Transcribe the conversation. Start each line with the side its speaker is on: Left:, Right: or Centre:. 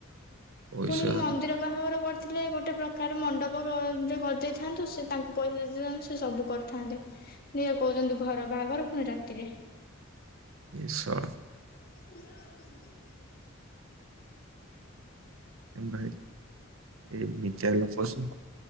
Right: ପଇସା
Left: ପୁଣି ମନ୍ଦିର ବାହାଘର କର ଥିଲେ ଗୋଟେ ପ୍ରକାର ମଣ୍ଡପ ବା ଯୋଉ କରିଦେଇଥାନ୍ତୁ ସେ ତାଙ୍କୁ ପଇସା ଦେଇ ଦେଇଥାନ୍ତୁ ସେ ସବୁ କରିଥାନ୍ତେ ଇଏ କହୁଛନ୍ତି ଘର ବାହାଘର ପୁଣି ରାତିରେ।
Right: ଏ ସଳା।
Left: <inaudible>
Right: ଏ ଭାଇ ଏମିତିଆ ଲୋକ ସିଏ।